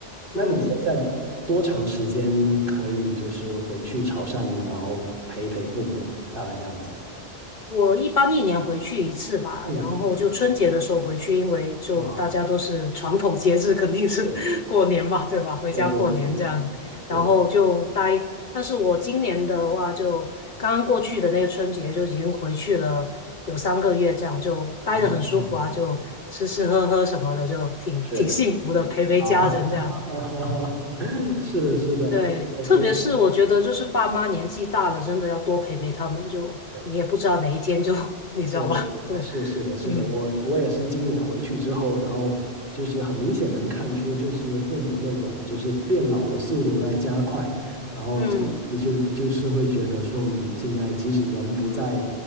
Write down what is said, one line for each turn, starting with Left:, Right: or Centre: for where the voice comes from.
Right: 那你现在多长时间可以就是回去潮汕，
Left: 嗯。
Right: 然后陪一陪父母，大概这样子？
Left: 我一般一年回去一次吧，
Right: 嗯，
Left: 然后就春节的时候回去，因为就大家都是传统节日，
Right: 啊，
Left: 肯定是
Right: 是，
Left: <laughs> 过年嘛，对吧？回家过年这样，
Right: 对对对对，
Left: 然后就待。但是我今年的话就，刚刚过去的那个春节就已经回去了有三个月，这样就待得很舒服啊，
Right: 啊，啊
Left: 就吃吃喝喝什么的，就挺挺幸福的，
Right: 是
Left: 陪陪家人这样。
Right: 啊，<laughs> 是的，是的，
Left: 对，
Right: 我我
Left: 特别是我觉得就是爸妈年纪大了，真的要多陪陪他们就，
Right: 对。
Left: 你也不知道哪一天就，<laughs> 你知道吧？
Right: 对对对，
Left: <laughs> 对。
Right: 是是的，是的，
Left: 嗯
Right: 我我也是今年回去之后，然后就是很明显能看出，就是父母那种就是变老的速度在加快，然后就就就是会觉得说，
Left: 嗯
Right: 嗯，现在即使人不在